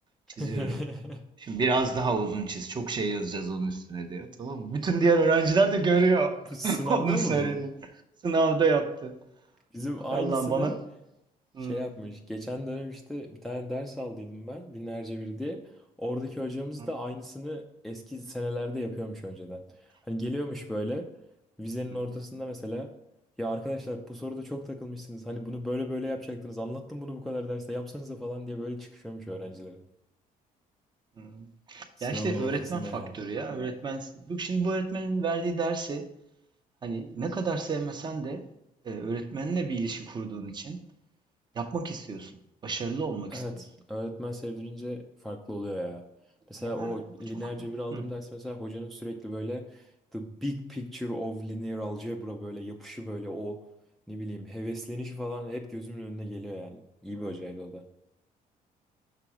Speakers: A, on the right; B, in the centre.
A: Çiziyorum.
B: <laughs>
A: Şimdi biraz daha uzun çiz. Çok şey yazacağız onun üstüne diyor. Tamam mı? Bütün diğer öğrenciler de görüyor.
B: Bu sınavda
A: <laughs> Onun söylediğini.
B: mı bu?
A: Sınavda yaptı.
B: Bizim
A: Ay
B: aynısını
A: Allah'ım bana...
B: şey
A: Hı,
B: yapmış. Geçen dönem işte bir tane ders aldıydım ben. Binlerce bir diye. Oradaki hocamız
A: hı,
B: da aynısını eski senelerde yapıyormuş önceden. Hani geliyormuş böyle vizenin
A: hı,
B: ortasında mesela ya arkadaşlar bu soruda çok takılmışsınız. Hani bunu böyle böyle yapacaktınız. Anlattım bunu bu kadar derste yapsanıza falan diye böyle çıkışıyormuş öğrencilere.
A: hı.
B: Sınavın
A: Ya işte
B: ortasında
A: öğretmen faktörü
B: yani.
A: ya. Öğretmen... Bu- Şimdi bu öğretmenin verdiği dersi hani ne kadar sevmesen de e, öğretmenle bir ilişki kurduğun için yapmak istiyorsun. Başarılı olmak
B: Evet,
A: istiyorsun.
B: öğretmen sevdirince farklı oluyor ya. Mesela
A: Ya
B: o
A: bu
B: lineer
A: çok...
B: cebir aldığım
A: Hı.
B: ders mesela hocanın sürekli böyle the big picture of linear algebra böyle yapışı böyle o ne bileyim heveslenişi falan hep gözümün önüne geliyor yani. İyi bir hocaydı o da.